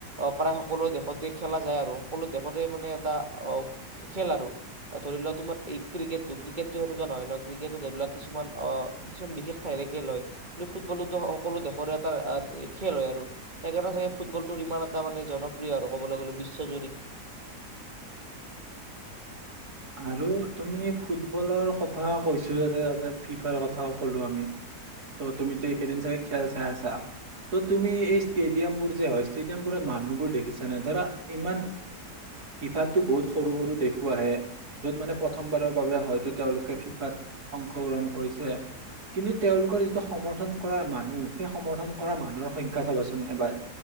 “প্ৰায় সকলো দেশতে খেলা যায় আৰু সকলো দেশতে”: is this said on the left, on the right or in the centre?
Right